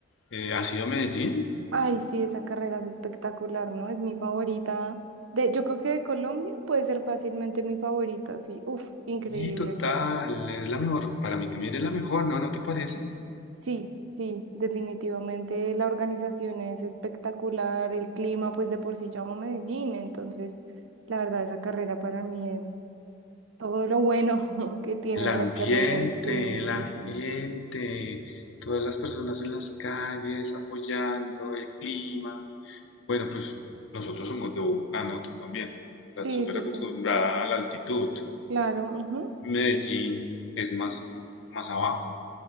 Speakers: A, on the left; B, on the right.
A: Eh, ¿has ido a Medellín?
B: Ay, sí, esa carrera es espectacular, ¿no? Es mi favorita. De, yo creo que de Colombia puede ser fácilmente mi favorita, sí. Uf, increíble.
A: Sí, total, es la mejor, para mí también es la mejor, ¿no? ¿No te parece?
B: Sí, sí, definitivamente la organización es espectacular, el clima, pues de por sí llamo Medellín, entonces la verdad esa carrera para mí es todo lo bueno <laughs> que tienen
A: El ambiente,
B: las carreras. Sí,
A: la
B: sí, sí.
A: gente, todas las personas en las calles apoyando, el clima. Bueno, pues nosotros somos de Bogotá, ¿no? Tú también. Estás
B: Sí,
A: súper
B: sí,
A: acostumbrada
B: sí.
A: a la altitud.
B: Claro. ujú.
A: Medellín es más, más abajo,